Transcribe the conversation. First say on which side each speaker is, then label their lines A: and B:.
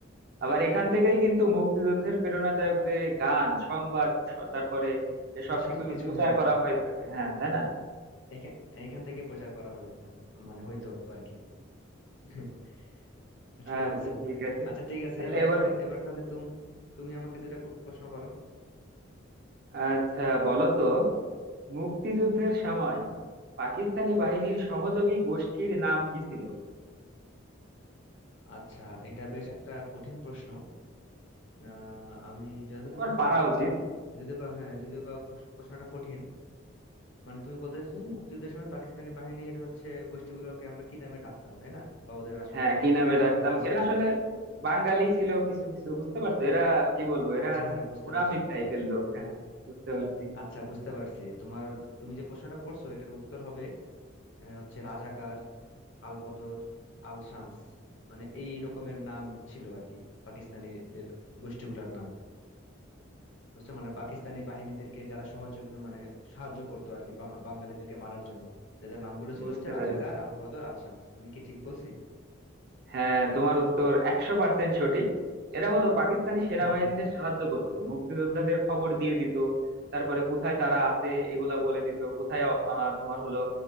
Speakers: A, on the right (about 50°); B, on the left (about 60°).
A: আবার এখান থেকেই কিন্তু মুক্তিযুদ্ধের প্রেরণাদায়ক যে গান সংবাদ স- তারপরে এসব
B: হ্যাঁ সবকিছু
A: কিছু প্রচার
B: হ্যাঁ
A: করা হয়ে থাকে হ্যাঁ তাই না
B: এখান এখান থেকে প্রচার করা হয় মানে হইতো আর কি <laughs> ঠিকই
A: আচ্ছা
B: বলছো
A: ঠিক আছে
B: আচ্ছা ঠিক আছে
A: তাহলে
B: এবার
A: এবার
B: তাহলে এবার তাহলে তুম তুমি আমাকে দুইটা কো- প্রশ্ন করো
A: আচ্ছা বলো তো মুক্তিযুদ্ধের সময় পাকিস্তানি বাহিনীর সহযোগী গোষ্ঠীর নাম কি ছিল
B: আচ্ছা এটা বেশ একটা কঠিন প্রশ্ন আহ, আমি যতদূর
A: তোমার
B: সময়
A: পারা
B: পারবো
A: উচিত
B: যদিও বা হ্যাঁ যদিও বা প্রশ- প্রশ্নটা কঠিন মানে তুমি বলতে চাচ্ছো যে মুক্তিযুদ্ধের সময় পাকিস্তানি বাহিনীর হচ্ছে গোষ্ঠীগুলোকে আমরা কি নামে ডাকতাম তাই না বা ওদের আসলে
A: হ্যাঁ কি নামে
B: নামটা
A: ডাকতাম
B: কি ছিল
A: এরা আসলে বাঙালি ছিল কিছু কিছু বুঝতে পারছো এরা কি বলবো এরা
B: আচ্ছা হ্যাঁ বুঝতে
A: মুনাফিক
B: পারছি
A: টাইপের লোক
B: হুম,
A: হ্যাঁ বুঝতে পারছি
B: আচ্ছা বুঝতে পারছি তোমার তুমি যে প্রশ্নটা করছো এটার উত্তর হবে আহ, হচ্ছে রাজাকার আল বদর আল শামস মানে এই রকমের নাম ছিল আর কি পাকিস্তানিদের গোষ্ঠীগুলোর নাম বুঝছো মানে পাকিস্তানি বাহিনীদেরকে যারা সহযোগ মানে সাহায্য করতো আর কি বাঙা- বাঙালিদেরকে মারার জন্য তাদের নামগুলো ছিল
A: বুঝতে
B: হচ্ছে
A: পেরেছি
B: রাজাকার আল বদর আল শামস আমি কি ঠিক বলছি
A: হ্যাঁ তোমার উত্তর একশো পার্সেন্ট সঠিক এরা হলো পাকিস্তানি
B: <laughs>
A: সেনাবাহিনীদের সাহায্য করত মুক্তিযোদ্ধাদের খবর দিয়ে দিত তারপরে কোথায় তারা আছে এগুলা বলে দিত কোথায় আহ, তোমার হলো